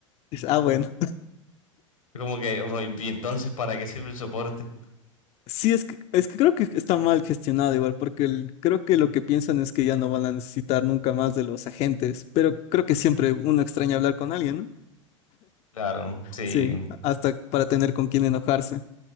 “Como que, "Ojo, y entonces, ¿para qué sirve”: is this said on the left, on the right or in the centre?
Left